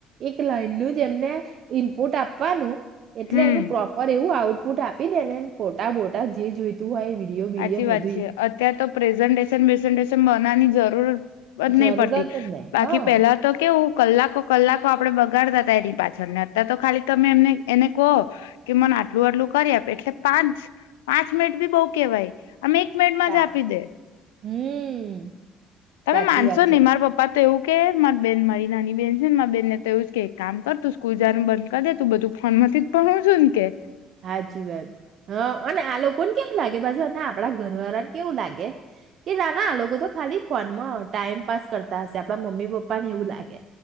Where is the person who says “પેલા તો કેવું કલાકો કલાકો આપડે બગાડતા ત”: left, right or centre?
Left